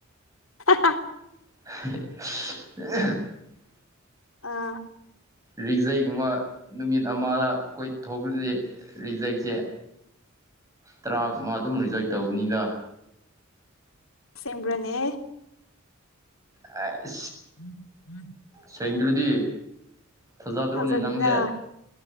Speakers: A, on the left; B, on the right.
A: <unintelligible>
B: <inaudible>
A: ꯑ
B: ꯔꯤꯖꯩꯒꯨꯝꯕ ꯅꯨꯃꯤꯠ ꯑꯃꯗ ꯀꯣꯏꯊꯈ꯭ꯔꯗꯤ ꯔꯤꯖꯩꯁꯦ
A: <inaudible>
B: ꯇꯔꯥꯒꯃ ꯑꯗꯨꯝ ꯔꯤꯖꯣꯏ ꯇꯧꯕꯅꯤꯗ
A: ꯁ꯭ꯔꯅꯦ
B: ꯑ
A: ꯎꯝ ꯎꯝ
B: ꯁꯦꯡꯗ꯭ꯔꯗꯤ ꯐꯥꯖꯗ꯭ꯔꯣꯅꯦ
A: ꯊꯥꯖꯗꯦꯗ
B: ꯅꯪꯁꯦ